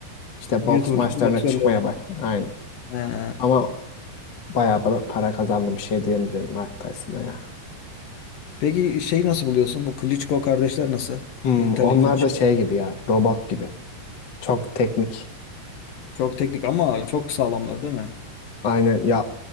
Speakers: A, on the left; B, on the left.
A: işte boks
B: YouTuber'lıktan
A: maçlarına
B: boksörlüğe.
A: çıkmaya başladı. Aynı.
B: <laughs>
A: Ama bayağı bana para kazandı bir şey diyebilirim Mike Tyson'a
B: Ha.
A: ya.
B: Peki şeyi nasıl buluyorsun? Bu Klitschko kardeşler nasıl?
A: Hmm,
B: Vitali
A: onlar
B: Klitschko.
A: da şey gibi ya robot gibi. Çok teknik.
B: Çok teknik ama çok sağlamlar değil mi?
A: Aynen ya